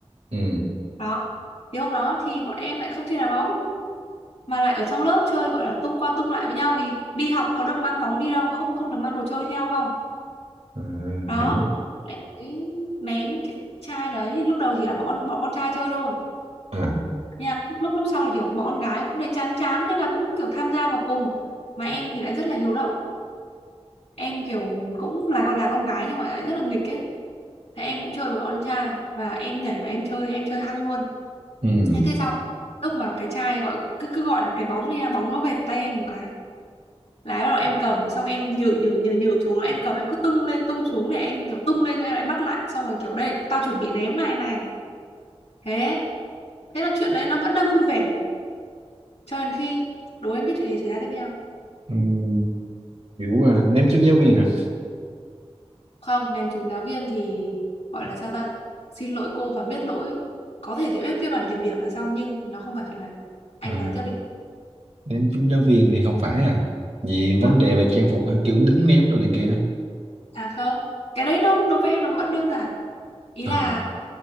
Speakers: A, on the right; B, on the left.
A: ừ
B: đó thì hôm đó thì bọn em lại không chơi đá bóng mà lại ở trong lớp chơi gọi là tung qua tung lại với nhau vì đi học có được mang bóng đi đâu không không được mang đồ chơi theo không
A: à,
B: đó
A: hiểu
B: em ấy ném cái chai đấy lúc đầu chỉ là bọn bọn con trai chơi thôi
A: à
B: Nha, lúc lúc sau thì kiểu bọn con gái cũng thấy chán chán thế là cũng kiểu tham gia vào cùng mà em thì lại rất là hiếu động em kiểu cũng là con là con gái nhưng mà lại rất là nghịch ấy thế em cũng chơi với bọn trai và em nhảy và em chơi em chơi hăng luôn
A: ừ
B: thế thế xong lúc mà cái trai gọi cứ cứ gọi là cái bóng đi nha bóng nó về tay em một cái là bắt đầu em cầm xong em nhử nhử nhử nhử chúng nó em cầm em cứ tung lên tung xuống để em kiểu tung lên em lại bắt lại xong rồi kiểu đây tao chuẩn bị ném này này thế thế là chuyện đấy nó vẫn đang vui vẻ cho đến khi đố anh biết chuyện gì xảy ra tiếp theo
A: Ừm, kiểu à, ném trúng giáo viên hả
B: không ném trúng giáo viên thì gọi là sao ta xin lỗi cô và biết lỗi có thể sẽ viết viết bản kiểm điểm là xong nhưng nó không phải chuyện đấy anh
A: à,
B: đoán tiếp đi
A: ném trúng giáo viên thì không phải à vì
B: vâng
A: vấn đề về trang phục hả kiểu đứng ném đồ này kia á.
B: à không cái đấy nó đối với em nó vẫn đơn giản ý
A: à,
B: là